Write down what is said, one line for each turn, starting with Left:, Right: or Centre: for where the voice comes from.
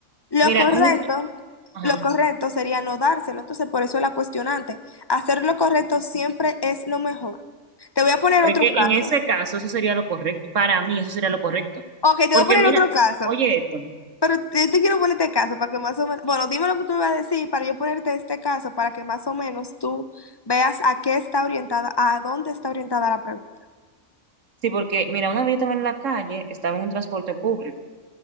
Left: lo
Right: mira,
Left: correcto,
Right: un día, ajá,
Left: lo correcto sería no dárselo, entonces por eso la cuestionante. Hacer lo correcto siempre es lo mejor. Te voy a poner
Right: porque
Left: otro caso.
Right: en ese caso eso sería lo correcto, para mí eso sería lo correcto.
Left: Ok, te voy
Right: Porque
Left: a poner
Right: mira,
Left: otro caso,
Right: oye esto.
Left: pero yo te quiero poner este caso para que más o menos, bueno, dime lo que tú me vas a decir para yo ponerte este caso, para que más o menos tú veas a qué está orientada, a dónde está orientada la pregunta.
Right: Sí, porque mira, una vez yo estaba en la calle, estaba en un transporte público